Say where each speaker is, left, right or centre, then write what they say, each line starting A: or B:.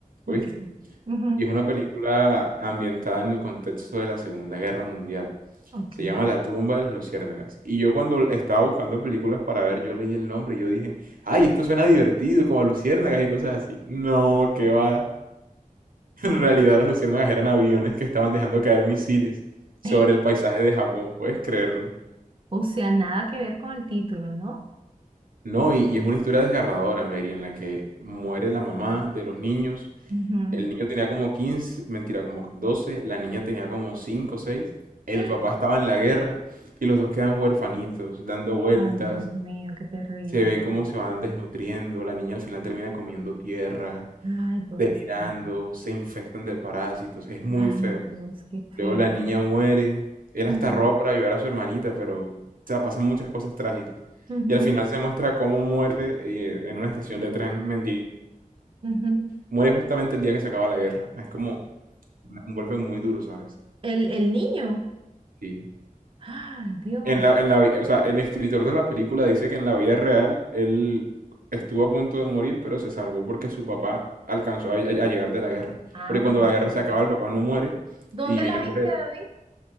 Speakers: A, on the right; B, on the right.
A: Ok.
B: ¿Oíste?
A: Ujú,
B: Y es una película ambientada en el contexto de la Segunda Guerra Mundial.
A: Ok.
B: Se llama La tumba de las luciérnagas. Y yo cuando estaba buscando películas para ver, yo leí el nombre y yo dije, ay, esto suena divertido, como a luciérnagas y cosas así. No, que va. <laughs> En realidad las luciérnagas eran aviones que estaban dejando caer misiles sobre
A: <laughs> Ve.
B: el paisaje de Japón, puedes creerlo.
A: O sea, nada que ver con el título, ¿no?
B: No, y, y es una historia desgarradora, Mary, en la que muere la mamá de los niños
A: Ujú.
B: El niño tenía como quince mentira, como doce la niña tenía como 5 o seis el
A: <gasps>
B: papá estaba en la guerra y los dos quedan huerfanitos, dando vueltas,
A: Ay, Dios mío, qué terrible.
B: se ve cómo se van desnutriendo, la niña al final termina comiendo tierra,
A: Ay, pues
B: tirando,
A: es que-
B: se infestan de parásitos, es muy
A: Ay,
B: feo.
A: Dios, qué
B: Luego
A: feo.
B: la niña muere, él
A: Ujú,
B: hasta roba para ayudar a su hermanita, pero o sea, pasan muchas cosas trágicas.
A: ujú,
B: Y al final se muestra cómo muere eh, en una estación de tren mendiga,
A: ujú.
B: muere justamente el día que se acaba la guerra, es como una- un golpe muy duro, ¿sabes?
A: El, el niño.
B: Sí.
A: Ay, Dios.
B: En la, en la, vi- o sea, el escritor de la película dice que en la vida real él estuvo a punto de morir, pero se salvó porque su papá alcanzó a, a- a llegar de la guerra.
A: Ah,
B: Porque cuando
A: ok.
B: la guerra se acaba, el papá no muere
A: ¿Dónde
B: y viene
A: la viste,
B: por él.
A: David?